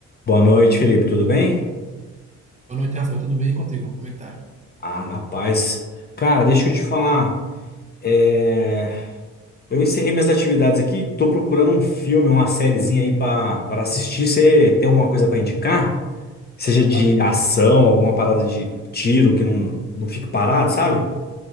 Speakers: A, on the left; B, on the right.
A: Boa noite, Felipe. Tudo bem?
B: Boa noite, Rafael. Tudo bem E contigo? Como é que tá?
A: Ah, na paz. Cara, deixa eu te falar. é, Eu encerrei minhas atividades aqui. Tô procurando um filme, uma sériezinha aí pra para assistir. Você tem alguma coisa pra indicar? Seja de
B: Ra-
A: ação, alguma parada de tiro que não, não fique parado, sabe?